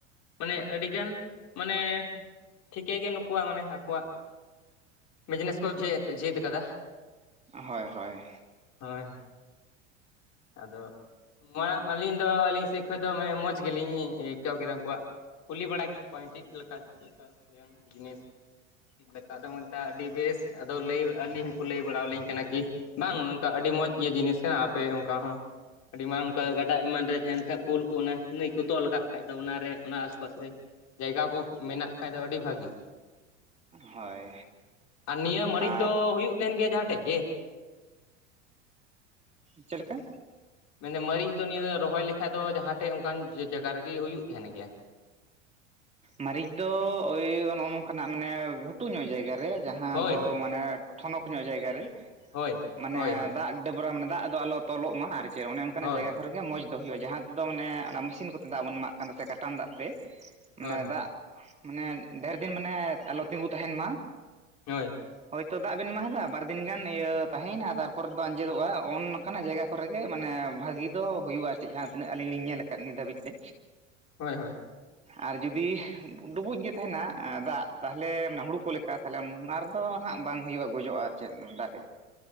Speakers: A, on the left; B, on the right.
A: ᱢᱟᱱᱮ ᱟᱹᱰᱤᱜᱟᱱ ᱢᱟᱱᱮ ᱴᱷᱤᱠᱟᱹ ᱜᱮ ᱱᱩᱠᱩᱣᱟᱜ ᱢᱟᱱᱮ ᱟᱠᱚᱣᱟᱜ ᱵᱤᱡᱽᱱᱮᱥ ᱠᱚ ᱡᱷᱣᱮᱫ ᱡᱷᱮᱫ ᱟᱠᱟᱫᱟ
B: ᱦᱳᱭ ᱦᱳᱭ
A: ᱦᱳᱭ ᱟᱫᱚ ᱢᱟᱲᱟᱝ ᱟᱹᱞᱤᱧ ᱫᱚ ᱟᱹᱞᱤᱧ ᱥᱮᱫ ᱠᱷᱚᱡ ᱫᱚ ᱢᱟᱱᱮ ᱢᱚᱡᱽ ᱜᱮᱞᱤᱧ ᱟᱹᱭᱠᱟᱹᱣ ᱠᱮᱫᱟ ᱩᱱᱠᱩᱣᱟᱜ ᱠᱩᱞᱤ ᱵᱟᱲᱟ ᱠᱮᱫ ᱠᱚᱣᱟᱹᱧ ᱪᱮᱫ ᱞᱮᱠᱟ ᱪᱮᱫ ᱞᱮᱠᱟ ᱵᱤᱡᱽᱱᱮᱥ ᱪᱮᱫ ᱞᱮᱠᱟ ᱫᱚ ᱢᱮᱛᱟᱜᱼᱟ ᱟᱹᱰᱤ ᱵᱮᱥ ᱟᱫᱚ ᱞᱟᱹᱭ ᱟᱹᱞᱤᱧ ᱠᱚ ᱞᱟᱹᱭ ᱵᱟᱲᱟ ᱟᱹᱞᱤᱧ ᱠᱟᱱᱟ ᱠᱤ ᱵᱟᱝ ᱱᱚᱝᱠᱟ ᱟᱹᱰᱤ ᱢᱚᱸᱡᱽ ᱤᱭᱟᱹ ᱡᱤᱱᱤᱥ ᱠᱟᱱᱟ ᱟᱯᱮ ᱚᱱᱠᱟ ᱦᱚᱸ ᱟᱹᱰᱤ ᱢᱟᱨᱟᱝ ᱚᱱᱠᱟ ᱜᱟᱰᱟ ᱮᱢᱟᱱ ᱨᱮ ᱛᱟᱦᱮᱸᱱ ᱠᱷᱟᱡ ᱯᱩᱞ ᱠᱚ ᱚᱱᱟ ᱱᱟᱹᱭ ᱠᱚ ᱛᱚᱞ ᱠᱟᱫ ᱠᱷᱟᱡ ᱫᱚ ᱚᱱᱟ ᱨᱮ ᱚᱱᱟ ᱟᱥᱯᱟᱥ ᱨᱮ ᱡᱟᱭᱜᱟ ᱠᱚ ᱢᱮᱱᱟᱜ ᱠᱷᱟᱡ ᱫᱚ ᱟᱹᱰᱤ ᱵᱷᱟᱹᱜᱤ
B: ᱦᱳᱭ
A: ᱟᱨ ᱱᱤᱭᱟᱹ ᱢᱟᱹᱨᱤᱪ
B: ᱟᱨ
A: ᱫᱚ ᱦᱩᱭᱩᱜ ᱛᱟᱦᱮᱸᱱ ᱜᱮᱭᱟ ᱡᱟᱦᱟᱸᱴᱷᱮᱡ ᱜᱮ
B: ᱪᱮᱫ ᱞᱮᱠᱟ
A: ᱢᱮᱱ ᱮᱫᱟ ᱢᱟᱹᱨᱤᱪ ᱫᱚ ᱱᱤᱭᱟᱹ ᱫᱚ ᱨᱚᱦᱚᱭ ᱞᱮᱠᱷᱟᱡ ᱫᱚ ᱡᱟᱦᱟᱸ ᱴᱷᱮᱡ ᱚᱱᱠᱟᱱ ᱡᱟᱭᱜᱟ ᱨᱮᱜᱮ ᱦᱩᱭᱩᱜ ᱛᱟᱦᱮᱸᱱ ᱜᱮᱭᱟ
B: ᱢᱟᱹᱨᱤᱪ ᱫᱚ ᱳᱭ ᱱᱚᱜ ᱱᱚᱝᱠᱟᱱᱟᱜ ᱢᱟᱱᱮ ᱜᱷᱩᱴᱩ ᱧᱚᱜ ᱡᱟᱭᱜᱟ ᱨᱮ ᱡᱟᱦᱟᱸ
A: ᱦᱳᱭ
B: ᱫᱚ
A: ᱦᱳᱭ
B: ᱢᱟᱱᱮ ᱴᱷᱚᱱᱚᱠ ᱧᱚᱜ ᱡᱟᱭᱜᱟ ᱨᱮ
A: ᱦᱳᱭ
B: ᱢᱟᱱᱮ
A: ᱦᱳᱭ ᱦᱳᱭ
B: ᱫᱟᱜ ᱰᱟᱹᱵᱨᱟ ᱢᱟᱱᱮ ᱫᱟᱜ ᱫᱚ ᱟᱞᱚ ᱛᱚᱞᱚᱜ ᱢᱟ ᱟᱨ ᱪᱮᱫ ᱚᱱᱮ ᱚᱱᱠᱟᱱᱟᱜ
A: ᱦᱳᱭ
B: ᱡᱟᱭᱜᱟ ᱠᱚᱨᱮ ᱜᱮ ᱢᱚᱸᱡᱽ ᱫᱚ ᱦᱩᱭᱩᱜᱼᱟ ᱡᱟᱦᱟᱸ ᱛᱮᱫᱚ ᱢᱟᱱᱮ ᱚᱱᱟ ᱢᱮᱥᱤᱱ ᱠᱚᱛᱮ ᱫᱟᱜ ᱵᱚᱱ ᱢᱟᱜ ᱠᱟᱱ ᱥᱮ ᱠᱟᱴᱟᱱ ᱫᱟᱜ ᱛᱮ ᱢᱟᱱᱮ
A: ᱦᱳᱭ
B: ᱫᱟᱜ ᱢᱟᱱᱮ ᱰᱷᱮᱨ ᱫᱤᱱ ᱢᱟᱱᱮ ᱟᱞᱚ ᱛᱤᱸᱜᱩ ᱛᱟᱦᱮᱸᱱ ᱢᱟ
A: ᱦᱳᱭ
B: ᱦᱳᱭ ᱛᱚ ᱫᱟᱜ ᱵᱮᱱ ᱮᱢᱟ ᱦᱟᱫᱟ ᱵᱟᱨ ᱫᱤᱱ ᱜᱟᱱ ᱤᱭᱟᱹ ᱛᱟᱦᱮᱸᱭᱮᱱᱟ ᱛᱟᱨᱯᱚᱨ ᱫᱚ ᱟᱸᱡᱮᱫᱚᱜᱼᱟ ᱚᱱ ᱚᱱᱠᱟᱱᱟᱜ ᱡᱟᱭᱜᱟ ᱠᱚᱨᱮ ᱜᱮ ᱢᱟᱱᱮ ᱵᱷᱟᱹᱜᱤ ᱫᱚ ᱦᱩᱭᱩᱜᱼᱟ ᱟᱨ ᱪᱮᱫ ᱡᱟᱦᱟᱸ ᱛᱤᱱᱟᱹᱜ ᱟᱹᱞᱤᱧ ᱞᱤᱧ ᱧᱮᱞ ᱟᱠᱟᱫ ᱱᱤᱭᱟᱹ ᱫᱷᱟᱹᱵᱤᱡ ᱛᱮ
A: ᱦᱳᱭ ᱦᱳᱭ
B: ᱟᱨ ᱡᱩᱫᱤ ᱰᱩᱵᱩᱡ ᱜᱮ ᱛᱟᱦᱮᱱᱟ ᱫᱟᱜ ᱛᱟᱦᱚᱞᱮ ᱦᱩᱲᱩ ᱠᱚ ᱞᱮᱠᱟ ᱛᱟᱦᱚᱞᱮ ᱚᱱᱟᱼᱼ ᱫᱚ ᱱᱟᱜ ᱵᱟᱝ ᱦᱩᱭᱩᱜᱼᱟ ᱜᱚᱡᱚᱜᱼᱟ ᱟᱨ ᱪᱮᱫ ᱫᱟᱨᱮ